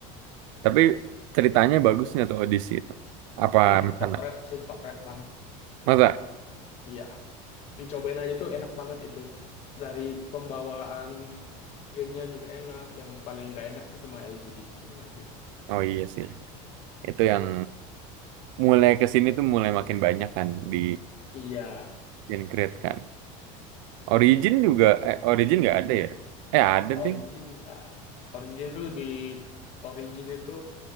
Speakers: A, on the right; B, on the left.
A: Tapi ceritanya bagusnya tuh Odyssey itu. Apa
B: Hmm, top
A: karena
B: red sih, top red banget.
A: masa?
B: Iya, dicobain aja tuh enak banget itu. Dari pembawaan gamenya juga enak. Yang paling gak enak tuh cuma LGBT-nya aja sih.
A: Oh iya sih. Itu yang mulai ke sini tuh mulai makin banyak kan di
B: Iya,
A: Gen Creed kan. Origin juga, eh Origin nggak ada ya? Eh ada
B: Origin
A: deh.
B: nggak. Origin itu lebih Origin itu